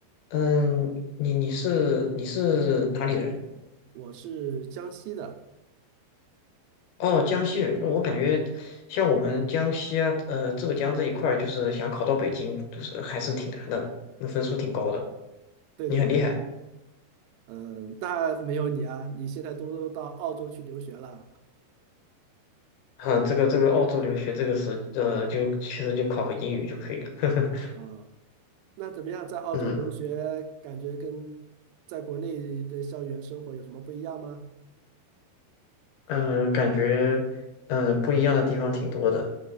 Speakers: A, on the left; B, on the right.
A: 嗯，你你是你是哪里人？
B: 我是江西的。
A: 哦，江西人，那我感觉像我们江西啊，呃，浙江这一块儿，就是想考到北京，就是还是挺难的，那分数挺高的。
B: 对对对，
A: 你很厉害，
B: 嗯，那没有你啊，你现在都到澳洲去留学了
A: <laughs> 哼，这个这个澳洲留学这个是，呃，就其实就考个英语就可以了。<laughs>
B: 啊，那怎么样，在澳洲留学，
A: 嗯。
B: 感觉跟在国内的校园生活有什么不一样吗？
A: 嗯，感觉嗯不一样的地方挺多的，